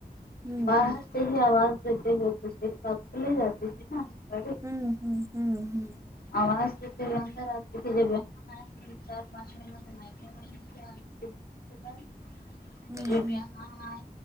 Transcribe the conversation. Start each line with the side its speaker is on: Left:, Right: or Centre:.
Right: ہوں
Left: باہر
Right: ہوں
Left: سے ہی آواز دیتے ہوے <unintelligible>
Right: ہوں ہوں ہوں ہوں
Left: آواز دیدتے ہوئے اندر اتے تھے جب یقین آئے چار پانچ مینوں <unintelligible>
Right: ہوں
Left: ہاں